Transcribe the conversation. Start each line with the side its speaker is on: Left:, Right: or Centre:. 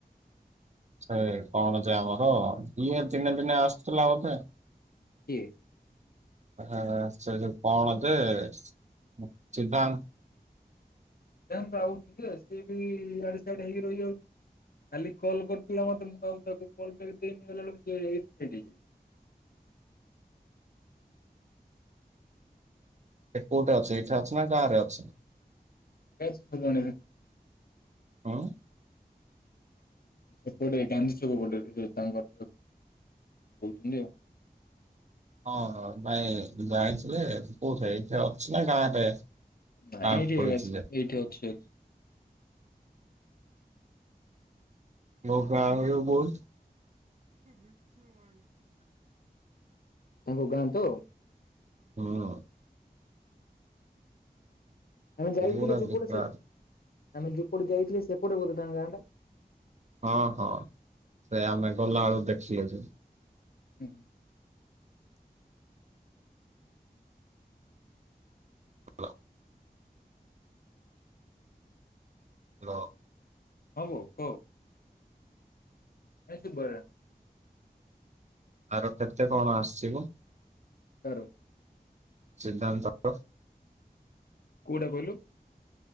Right: ସେ କଣ ଅଛି ଆମର ଯିଏ ଦତିନେ ଦିନେ ଆସୁଥିଲା ବୋଧେ
Left: କିଏ?
Right: ହା ସେଇଯୋଇ କଣ ଯେ <unintelligible>
Left: <unintelligible> ଯେ ସିଏ ବି ଆଡେ ସାଡ ହେଇକି ରହିଯାଉଛି। କାଲି କଲ୍ କରିଥିଲା। ମତେ ମୁଁ ତାକୁ କଲ ବ୍ୟାକ୍ ଦେଇନି <unintelligible> ହେଇଯାଇଚି।
Right: <inaudible> ଏ କୋଉଠି ଅଛ ଏଇଠା ଅଛ ନା ଗାଁ ରେ ଅଛ
Left: <unintelligible> ଛିତଣରେ
Right: ହଁ।
Left: <unintelligible> ଏପଟେ ଗାନ୍ଧି ସବୁ ଗୋଟେ ତାଙ୍କର ଉ <unintelligible>
Right: ହଁ ନାଇଁ ଜାଣିଛି ଯେ କୋଉଠି ଏଠି ଅଛି ନା ଗାଁରେ
Left: ନାଇଁ
Right: ଗାଁକୁ ପଳେଇଛି
Left: ଏଇଠି
Right: ଯେ
Left: ଏଇଠି ଅଛି
Right: <unintelligible> ହଉ କରେ ବହୁ <unintelligible>
Left: ତାଙ୍କ ଗାଁ ତ?
Right: ହଁ।
Left: ଆମେ ଯାଇଥିଲେ
Right: ଏଇଗୁଡା
Left: ଯୋଉପଟେ
Right: ବେକାର
Left: ସେ ଆମେ ଯୋପଟେ ଯାଇଥିଲେ ସେପଟେ ବୋଧେ ତାଙ୍କ ଗାଁ ଟା
Right: ହଁ ହଁ ସେ ଆମେ ଗଲା ବେଳକୁ ଦେଖିଲେ ଯେ
Left: ହୁଁ।
Right: ହ <unintelligible> ହ <unintelligible>
Left: ହଁ ବୋ କହ। ଏସ ବର <unintelligible>
Right: ଆର କେତେ କଣ ଆସିବ?
Left: କରୋ <unintelligible>
Right: ସିଦ୍ଧାନ୍ତର
Left: କୋଉଟା କହିଲୁ?